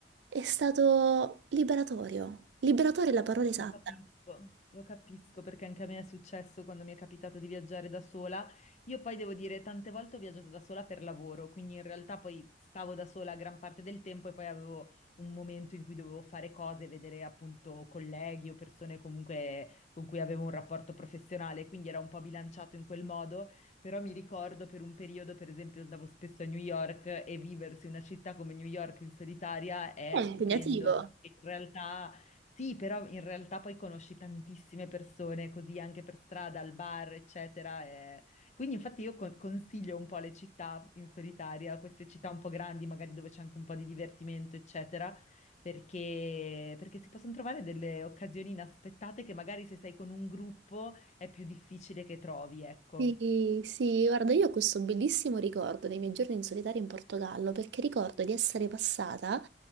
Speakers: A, on the right (about 70°); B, on the left (about 40°).
A: è stato liberatorio. Liberatorio è la parola esatta.
B: Lo capisco, lo capisco perché anche a me è successo quando mi è capitato di viaggiare da sola. Io poi devo dire, tante volte ho viaggiato da sola per lavoro, quindi in realtà poi stavo da sola gran parte del tempo e poi avevo un momento in cui dovevo fare cose, vedere appunto colleghi o persone comunque con cui avevo un rapporto professionale, quindi era un po' bilanciato in quel modo, però mi ricordo per un periodo, per esempio, andavo spesso a New York e viversi una città come New York in solitaria è
A: È impegnativo.
B: stupendo, perché in realtà sì, però in realtà poi conosci tantissime persone così anche per strada, al bar, eccetera. e- Quindi infatti io con- consiglio un po' le città in solitaria, queste città un po' grandi, magari dove c'è anche un po' di divertimento, eccetera, perché, perché si possono trovare delle occasioni inaspettate che magari se sei con un gruppo è più difficile che trovi, ecco.
A: Sì, sì, guarda, io ho questo bellissimo ricordo dei miei giorni in solitario in Portogallo perché ricordo di essere passata